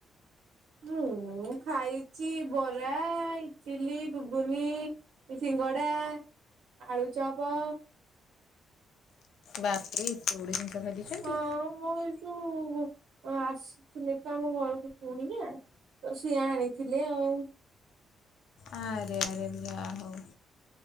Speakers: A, on the right; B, on the left.
A: ମୁଁ ଖାଇଚି ବରା, ଇଟିଲି, ଗୁଗୁନି। ଇ ସିଙ୍ଗଡା, ଆଳୁଚପ।
B: ବା ଏ ଏତେ ଗୁଡେ ଜିନିଷ ଖାଇ ଦେଇଛନ୍ତି।
A: ହଁ, ମୁଁ ଏଇ ଯୋଉ ଓ ଆସିଥିଲେ ତ ଆମ ଘରକୁ କୁଣିଆ, ତ ସିଏ ଆଣିଥିଲେ ଆଉ।
B: ଆରେ ଆରେ ଯା ହଉ,